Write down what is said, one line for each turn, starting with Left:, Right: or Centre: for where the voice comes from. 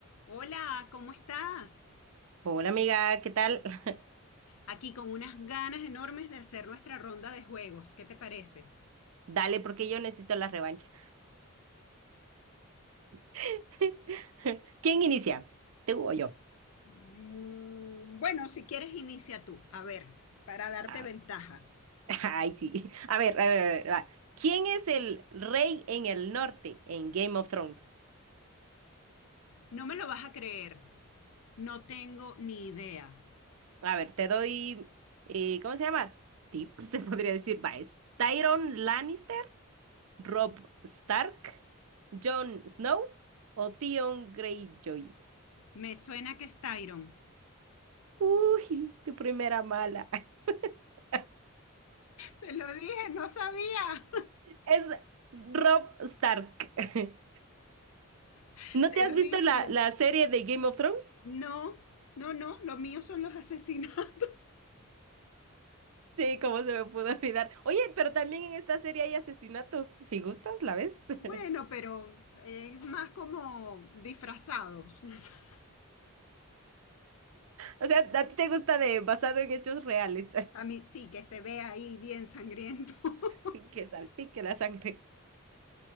Left: Hola, ¿cómo estás?
Right: Hola amiga, ¿qué tal? <laughs>
Left: Aquí con unas ganas enormes de hacer nuestra ronda de juegos. ¿Qué te parece?
Right: Dale, porque yo necesito la revancha. <laughs> ¿Quién inicia? ¿Tú o yo?
Left: Mm, Bueno, si quieres, inicia tú. A ver, para darte
Right: Ah,
Left: ventaja.
Right: <laughs> ay, sí. A ver, a ver, a ver. va. ¿Quién es el rey en el norte en Game of Thrones?
Left: No me lo vas a creer. No tengo ni idea.
Right: A ver, te doy, eh, ¿cómo se llama? Tips, <laughs> se podría decir. Va, es Tyrion Lannister, Rob Stark, Jon Snow o Theon Greyjoy.
Left: Me suena que es Tyron.
Right: Uy, tu primera mala. <laughs>
Left: Te lo dije, no sabía.
Right: Es Rob Stark. <laughs>
Left: <laughs>
Right: ¿No
Left: Terrible.
Right: te has visto la, la serie de Game of Thrones?
Left: No, no, no, lo mío son los asesinatos. <laughs>
Right: Sí, cómo se me pudo olvidar. Oye, pero también en esta serie hay asesinatos. Si gustas, la ves.
Left: Bueno,
Right: <laughs>
Left: pero es más como disfrazados. <laughs>
Right: O sea, a ti te gusta de basado en hechos reales,
Left: A mí sí, que se ve ahí bien sangriento. <laughs>
Right: <laughs> que salpique la sangre.